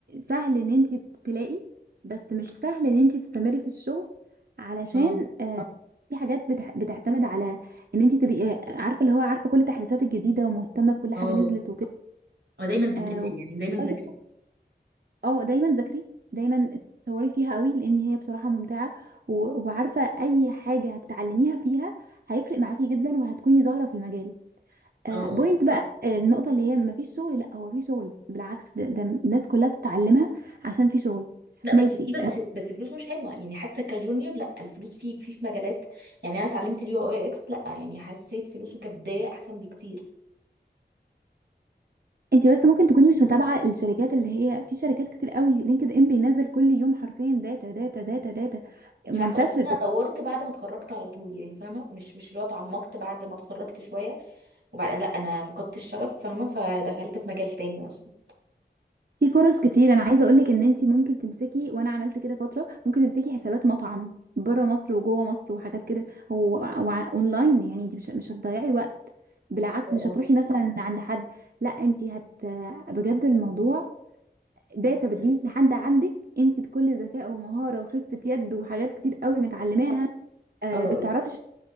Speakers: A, on the right; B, on the right.
A: سهل ان انت تلاقي بس مش سهل ان انت تستمري في الشغل علشان
B: اه
A: آه، في حاجات بتح- بتعتمد على ان انت تبقي آه، عارفة اللي هو عارفة كل التحديثات الجديدة ومهتمة بكل حاجة
B: اه
A: نزلت
B: اه دايما تدرسي
A: وكده
B: يعني دايما تذاكري
A: اه دايما ذاكري دايما اتطوري فيها قوي لان هي بصراحه ممتعه و- وعارفه اي حاجه هتتعلميها فيها هيفرق معاكي جدا وهتكوني ظاهره في المجال آه
B: اه
A: بوينت
B: اه
A: بقى آه النقطه اللي هي مفيش شغل لا هو في شغل بالعكس ده, ده الناس كلها بتتعلمها عشان في شغل
B: لا
A: ماشي
B: بس في بس
A: آه
B: بس فلوس مش حلوة يعني حاسة كجونيور لا الفلوس في في في مجالات يعني انا اتعلمت اليو اي اكس لا يعني حسيت فلوسه كبداية احسن بكتير
A: انت بس ممكن تكوني مش متابعه الشركات اللي هي في شركات كتير قوي لينكد ان بينزل كل يوم حرفيا داتا داتا داتا داتا
B: مش
A: منتشر
B: عارفة اصلا انا دورت بعد ما اتخرجت على طول يعني فاهمة مش مش اللي هو اتعمقت بعد ما اتخرجت شوية وبعد لا انا فقدت الشغف فاهمة فدخلت في مجال تاني اصلا
A: في فرص كتير انا عايزه اقولك ان انتي ممكن تمسكي وانا عملت كده فتره ممكن تمسكي حسابات مطعم بره مصر وجوه مصر وحاجات كده و- وع- اونلاين يعني انتي مش مش هتضيعي وقت بالعكس
B: اه
A: مش هتروحي مثلا عند حد لا انتي هت بجد الموضوع داتا بتجيلك لحد عندك انتي بكل ذكاء ومهاره وخفه يد وحاجات كتير قوي متعلماها آه
B: اه <laughs>
A: بتعرفي
B: اه